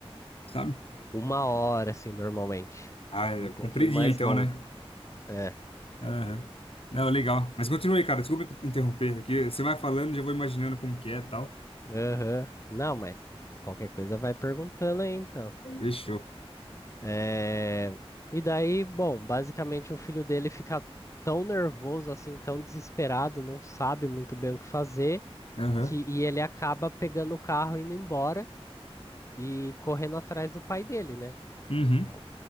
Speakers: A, on the left; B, on the left.
A: sabe?
B: uma hora, assim, normalmente.
A: Ah, é
B: Um pouquinho
A: compridinha
B: mais
A: então,
B: longa.
A: né?
B: É,
A: Aham. Não, legal. Mas continue, aí, cara, desculpa te interromper aqui. Você vai falando, já vou imaginando como que é e tal.
B: aham. Não, mas qualquer coisa vai perguntando aí, então.
A: Fechou.
B: É... E daí, bom, basicamente o filho dele fica tão nervoso, assim, tão desesperado, não sabe muito bem o que fazer,
A: Aham.
B: que... e ele acaba pegando o carro, indo embora e correndo atrás do pai dele, né?
A: Uhum.
B: Bom,